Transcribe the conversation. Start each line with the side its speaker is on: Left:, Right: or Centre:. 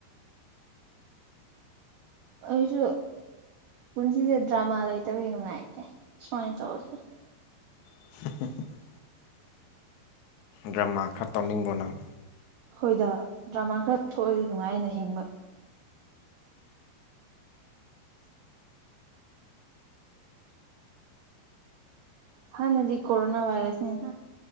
Right: ꯑꯩꯁꯨ ꯄꯨꯟꯁꯤꯁꯦ ꯗ꯭ꯔꯃꯥ ꯂꯩꯇꯕꯒꯤ ꯅꯨꯡꯉꯥꯏꯇꯦ ꯁꯨꯃꯥꯏꯅ ꯇꯧꯁꯦ꯫
Left: <unintelligible> ꯗ꯭ꯔꯃꯥ ꯈꯔ ꯇꯧꯅꯤꯡꯕꯅꯪ꯫
Right: ꯍꯣꯏꯗ ꯗ꯭ꯔꯃꯥ ꯈꯔ ꯊꯣꯛꯑꯗꯤ ꯅꯨꯡꯉꯥꯏꯅ ꯍꯤꯡꯕ꯫ ꯍꯥꯟꯅꯗꯤ ꯀꯣꯔꯣꯅꯥ ꯋꯥꯏꯔꯁꯅꯤꯅ